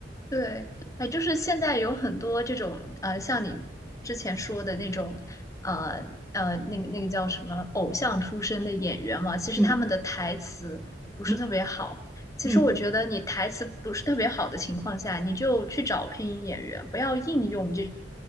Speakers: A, on the left; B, in the centre.
A: 对，哎，就是现在有很多这种呃，像你之前说的那种，呃呃，那个那个叫什么偶像出身的演员嘛，其实他们的台词不是特别好。
B: 嗯嗯
A: 其实我觉得你台词不是特别好的情况下，
B: 嗯，
A: 你就去找配音演员，不要硬用这